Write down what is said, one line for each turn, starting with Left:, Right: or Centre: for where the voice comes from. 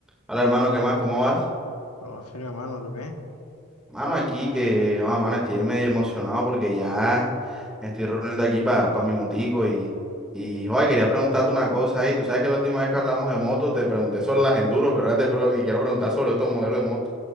Centre: Hola hermano, ¿qué más? ¿Cómo vas?
Left: Todo firme, mano, ¿tú qué?
Centre: Mano, aquí que, ah, mano, estoy medio emocionado porque ya me estoy reuniendo aquí para mi motico y, y, joder, quería preguntarte una cosa ahí. Tú sabes que la última vez que hablamos de motos te pregunté sobre las enduro, pero ahora te pro- y quiero preguntar sobre otro modelo de moto.